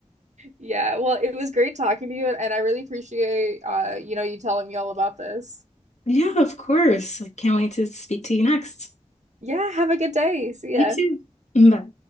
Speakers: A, on the right (about 75°); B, on the left (about 70°).
A: Yeah, well, it was great talking to you, and I really appreciate uh, you know, you telling me all about this.
B: Yeah, of course. I can't wait to speak to you next.
A: Yeah, have a good day. See
B: You
A: ya.
B: too. Bye.